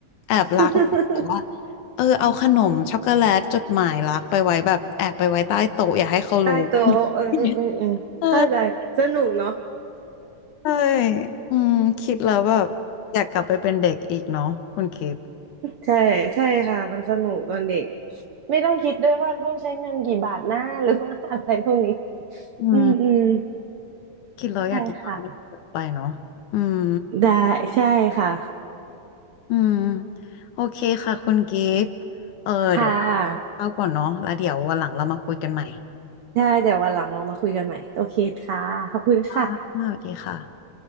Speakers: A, on the left; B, on the right.
A: แอบรักแล้วก็แบบว่า
B: <laughs>
A: เออเอาขนมช็อกโกแลตจดหมายรักไปไว้แบบแอบไปไว้ใต้โต๊ะอย่าให้เขารู้
B: ใต้โต๊ะเอออืมอืมอืมเข้าใจสนุกเนาะ
A: <laughs> เออใช่อืมคิดแล้วแบบอยากกลับไปเป็นเด็กอีกเนาะคุณคิด
B: ใช่ใช่ค่ะมันสนุกตอนเด็กไม่ต้องคิดด้วยว่าต้องใช้เงินกี่บาทหน้าหรือว่าอะไรพวกนี้
A: อืม
B: อืมอืม
A: คิดแล้วอยากย้อนกลับไปเนาะอืม
B: ใช่ค่ะได้ใช่ค่ะ
A: อืมโอเคค่ะคุณกิฟต์เออเดี๋ยว
B: <laughs> ค่ะ
A: เข้าก่อนเนาะแล้วเดี๋ยววันหลังเรามาคุยกันใหม่
B: ใช่เดี๋ยววันหลังเรามาคุยกันใหม่โอเคค่ะขอบคุณค่ะ
A: อ่าสวัสดีค่ะ